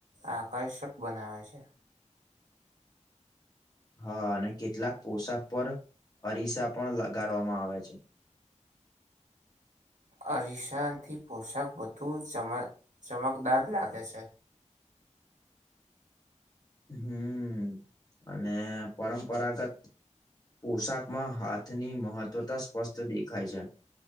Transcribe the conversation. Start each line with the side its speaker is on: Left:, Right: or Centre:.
Right: આકર્ષક બનાવે છે.
Left: હા, અને કેટલાક પોશાક પર અરીસા પણ લગાડવામાં આવે છે.
Right: અરીસાં થી પોશાક વધુ ચમક ચમકદાર લાગે છે.
Left: હમ્મ, અને પરંપરાગત પોશાકમાં હાથની મહત્વતા સ્પષ્ટ દેખાય છે.